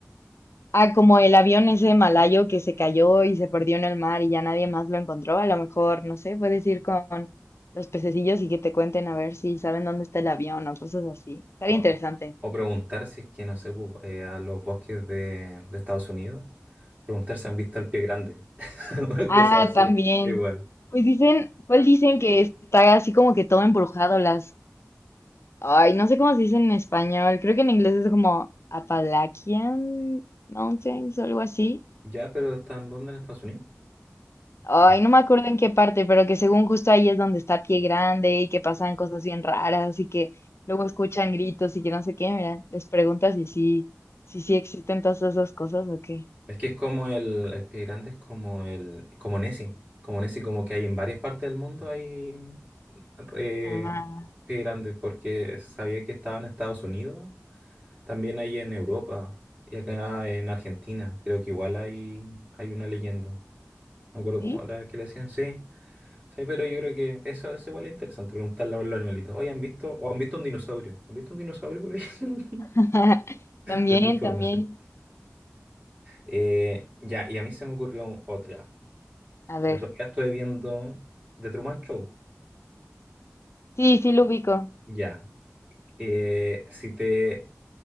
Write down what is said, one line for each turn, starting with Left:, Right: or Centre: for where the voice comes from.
Left: Ah, como el avión ese malayo que se cayó y se perdió en el mar y ya nadie más lo encontró. A lo mejor, no sé, puedes ir con los pececillos y que te cuenten a ver si saben dónde está el avión o cosas así. Estaría
Right: O,
Left: interesante.
Right: o- o preguntar si es que, no sé, pu, eh, a los bosques de, de Estados Unidos, preguntar si han visto al pie grande, <laughs>
Left: Ah,
Right: cosas así,
Left: también.
Right: igual.
Left: Pues dicen, ¿cuál dicen que está así como que todo embrujado? Las, ay, no sé cómo se dice en español. Creo que en inglés es como Appalachian Mountains o algo así.
Right: Ya, pero ¿están dónde en Estados Unidos?
Left: Ay,
Right: Mm.
Left: no me acuerdo en qué parte, pero que según justo ahí es donde está Pie Grande y que pasan cosas bien raras y que luego escuchan gritos y que no sé qué. Mira, les preguntas si sí, si sí existen todas esas cosas o qué.
Right: Es que es como el, el pie grande, es como el, como Nessie, como Nessie, como que hay en varias partes del mundo hay eh,
Left: Ah,
Right: pie grande, porque sabía que estaba en Estados Unidos También hay en Europa y acá en Argentina. Creo que igual hay, hay una leyenda. No me acuerdo
Left: ¿sí?
Right: cómo era que le decían, sí. Sí, pero yo creo que eso, eso igual es interesante preguntarle a los animalitos. Oye, ¿han visto, o han visto un dinosaurio? ¿Han visto un dinosaurio por ahí? <laughs>
Left: <laughs> También,
Right: Denme información.
Left: también.
Right: Eh, ya, y a mí se me ocurrió otra.
Left: A ver.
Right: El otro día estuve viendo The Truman Show.
Left: Sí, sí lo ubico.
Right: Ya. Eh, si te